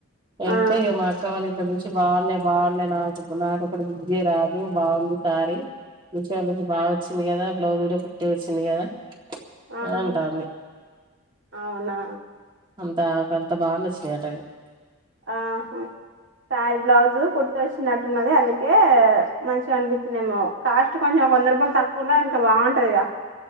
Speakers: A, on the right (about 20°); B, on the right (about 55°).
A: వెళ్తే
B: ఆ
A: ఇక మా అక్క వాళ్ళ ఇట్లా చూసి బాగున్నాయి బాగున్నాయి నాకు నాకొఒకటి తీపియ రాదు బాగుంది సారీ మీ షో నుంచి బాగా వచ్చింది కదా బ్లౌజ్ కూడా పీట్ వచ్చింది కదా
B: ఆహా
A: అని అంటాంది
B: అవునా
A: అంత అంత బాగా నచ్చింది నటవి
B: ఆహ శారీ బ్లౌజు కుట్టు వచ్చినట్టున్నది అందుకే మంచిగా అనిపించిందేమో కాస్ట్ కొంచెం ఒక వంద రూపాయలు తక్కువ ఉన్న ఇంకా బాగుంటుందిగా